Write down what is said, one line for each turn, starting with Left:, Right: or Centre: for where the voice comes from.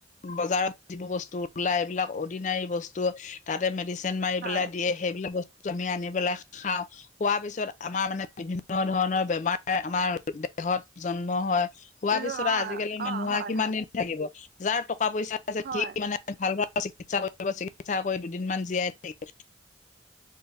Left: বজাৰত যিবোৰ বস্তু ওলাই এইবিলাক অৰ্ডিনাৰী বস্তু। তাতে মেডিচিন মাৰি
Right: হয়
Left: পেলাই দিয়ে সেইবিলাক বস্তু আমি আনি পেলাই খাওঁ। হোৱাৰ পিছত আমাৰ মানে বিভিন্ন ধৰণৰ বেমাৰ আমাৰ দেহত জন্ম হয়। হোৱাৰ
Right: ৰু
Left: পিছত
Right: অ
Left: আজিকালি
Right: অ
Left: মানুহৰ
Right: হয়
Left: কিমানেই
Right: হয়
Left: থাকিব যাৰ টকা পইচা আছে
Right: হয়
Left: ঠিক মানে। ভাল ভাল চিকিৎসা কৰিব চিকিৎসা কৰি দুদিনমান জীয়াই থাকিব